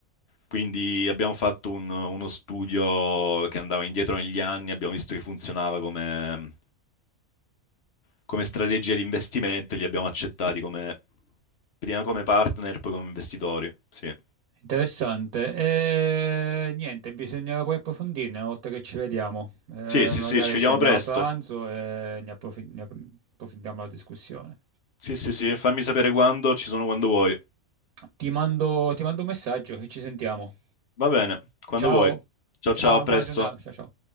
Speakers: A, on the left (about 50°); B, on the right (about 80°).
A: Quindi abbiamo fatto un- uno studio che andava indietro negli anni, abbiamo visto che funzionava come, come strategia di investimento e li abbiamo accettati come Prima come partner, poi come investitori. Sì.
B: Interessante. E, niente, bisognerà poi approfondirne una volta che ci vediamo. Eh, magari
A: Sì, sì, sì, ci vediamo
B: sì, andiamo
A: presto.
B: a pranzo e ne approfi- ne approfondiamo la discussione.
A: Sì, sì, sì, fammi sapere quando, ci sono quando vuoi.
B: Ti mando, ti mando un messaggio e ci sentiamo.
A: Va bene, quando
B: Ciao,
A: vuoi. Ciao,
B: ciao,
A: ciao,
B: una
A: a presto.
B: buona giornata. Ciao, ciao.